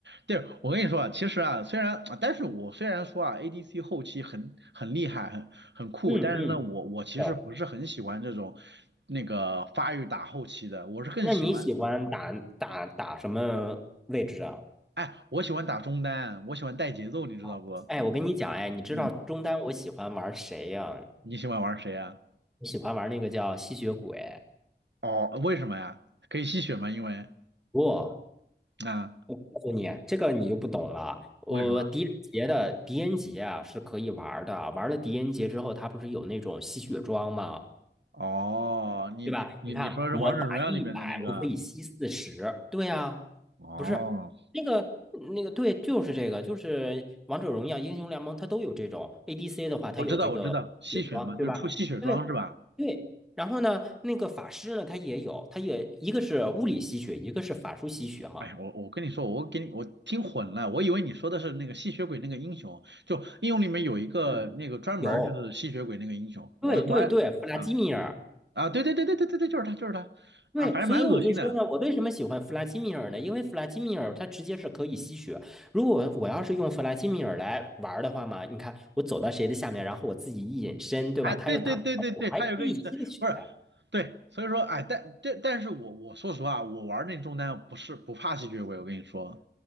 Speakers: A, on the right; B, in the centre.
A: 对，我跟你说啊，其实啊，虽然，但是我虽然说啊，ADC 后期很很厉害，很很酷，
B: 嗯嗯，
A: 但是呢，我我其实不是很喜欢这种
B: 对。
A: 那个发育打后期的，我是更喜欢，
B: 那你喜欢打打打什么位置啊？
A: 哎，我喜欢打中单，我喜欢带节奏，你知道不？
B: 哦，哎，我跟你讲，哎，你知道中单我喜欢玩谁呀、
A: 嗯，你喜欢玩谁啊？
B: 我喜欢玩那个叫吸血鬼，
A: 哦，为什么呀？可以吸血吗？因为
B: 不，
A: 啊，
B: 我告诉你，这个你就不懂了。呃，
A: 为什么？
B: 狄仁杰的狄仁杰啊是可以玩儿的，玩了狄仁杰之后，他不是有那种吸血装吗？
A: 哦，你你你说是王者荣耀里面的那个？
B: 对吧？你看我打一百，我可以吸四十。对啊，
A: 哦。
B: 不是那个那个，对，就是这个，就是王者荣耀、英雄联盟，它都有这种 ADC 的话，它有这个血装，
A: 我知道，我知道，吸血嘛，
B: 对吧？
A: 就出吸血装是吧？
B: 对对。然后呢，那个法师呢，他也有，他也一个是物理吸血，一个是法术吸血嘛。
A: 哎，我我跟你说，我给你我听混了，我以为你说的是那个吸血鬼那个英雄，就英雄里面有一个那个专门儿就是吸血鬼那个英雄，
B: 嗯，有。
A: 我我还啊
B: 对对对，弗拉基米尔，
A: 啊，对对对对对对对，就是他就是他啊，
B: 对，
A: 反正蛮恶心的，
B: 所以我就说呢，我为什么喜欢弗拉基米尔呢？因为弗拉基米尔它直接是可以吸血。如果我要是用弗拉基米尔来玩儿的话嘛，你看我走到谁的下面，然后我自己一隐身，对吧？
A: 哎，
B: 他又打不着我，
A: 对对对对对，
B: 还可以吸个血，
A: 他有个隐身，不是，对，所以说哎，但但但是我我说实话，我玩那中单不是不怕吸血鬼，我跟你说，